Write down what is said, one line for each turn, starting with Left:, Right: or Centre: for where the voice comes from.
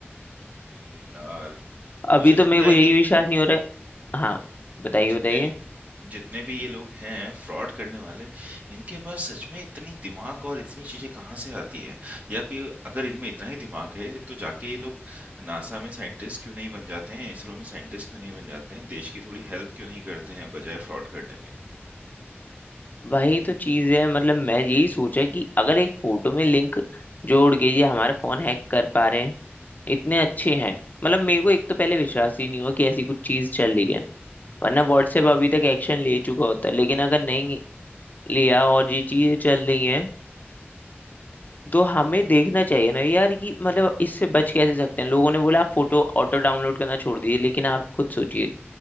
Right: अरे यार
Left: अभी
Right: मुझे
Left: तो
Right: लगता
Left: मेरे
Right: है
Left: को यही
Right: कि
Left: विश्वास नहीं हो रहा है हाँ बताइए
Right: जितने
Left: बताइए
Right: जितने भी ये लोग हैं फ्रॉड करने वाले इनके पास सच में इतनी दिमाग और इतनी चीजें कहाँ से आती है या कि अगर इनमें इतना ही दिमाग है तो जाके ये लोग नासा में साइंटिस्ट क्यों नहीं बन जाते हैं इसरो में साइंटिस्ट क्यों नहीं बन जाते हैं देश की थोड़ी हेल्प क्यों नहीं करते हैं बजाय फ्रॉड करने के
Left: वही तो चीज है मतलब मैं यही सोचा कि अगर एक फोटो में लिंक जोड़ के ये हमारा फोन हैक कर पा रहे हैं इतने अच्छे हैं मतलब मेरे को एक तो पहले विश्वास ही नहीं हुआ कि ऐसी कुछ चीज चल रही है वरना व्हाट्सएप अभी तक एक्शन ले चुका होता लेकिन अगर नहीं लिया और ये चीजें चल रही हैं तो हमें देखना चाहिए ना यार कि मतलब इससे बच कैसे सकते हैं लोगों ने बोला आप फोटो ऑटो डाउनलोड करना छोड़ दीजिए लेकिन आप खुद सोचिए